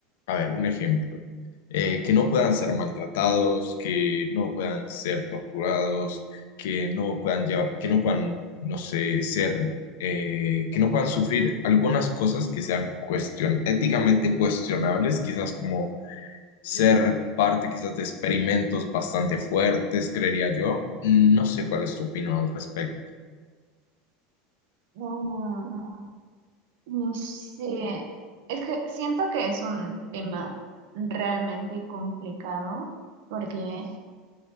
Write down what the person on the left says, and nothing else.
a ver, un ejemplo, eh, que no puedan ser maltratados, que no puedan ser torturados, que no puedan llevar, que no puedan, no sé, ser eh, que no puedan sufrir algunas cosas que sean cuestion éticamente cuestionables, quizás como ser parte quizás de experimentos bastante fuertes, creería yo. No sé cuál es tu opinión al respecto.